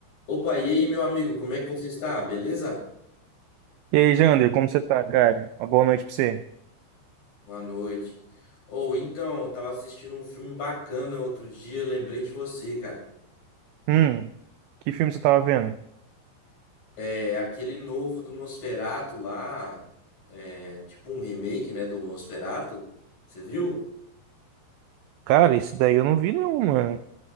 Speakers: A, on the left; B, on the right.
A: Opa, e aí, meu amigo, como é que você está? Beleza?
B: E aí, Jander, como você tá, cara? Uma boa noite pra você.
A: Boa noite. Ou então, eu tava assistindo um filme bacana outro dia, lembrei de você, cara.
B: Hum, que filme você tava vendo?
A: É aquele novo do Nosferatu lá, é tipo um remake, né, do Nosferatu. Você viu?
B: Cara, esse daí eu não vi não, mano.